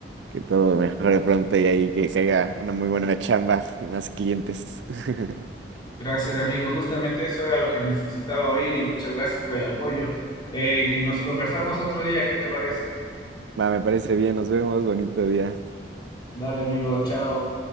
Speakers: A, on the right; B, on the left.
A: que todo mejore pronto y ahí que caiga una muy buena chamba y más clientes. <laughs>
B: Gracias, amigo. Justamente eso era lo que necesitaba oír y muchas gracias por el apoyo. Eh, nos conversamos otro día, ¿qué te parece?
A: Va, me parece bien, nos vemos, bonito día.
B: Dale, amigo, chao.